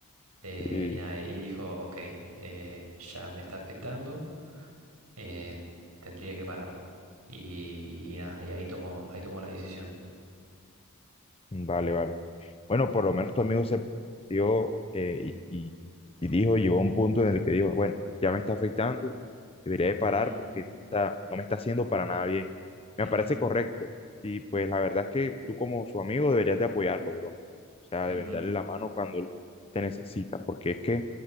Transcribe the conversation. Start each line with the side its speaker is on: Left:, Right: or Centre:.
Right: Eh,
Left: eh,
Right: y nada, y dijo, ok, eh, ya me está afectando, eh, tendría que parar. Y, y nada, y ahí tomó, ahí tomó la decisión.
Left: Vale, vale. Bueno, por lo menos tu amigo se dio eh, y, y- y dijo, llegó a un punto en el que dijo, bueno, ya me está afectando, debería de parar
Right: Ujú,
Left: porque no está, no me está haciendo para nada bien.
Right: ujú,
Left: Me parece correcto. Y pues la verdad es que tú como su amigo deberías de apoyarlo, bro. O sea,
Right: ujú,
Left: deben darle la mano cuando él te necesita, porque es que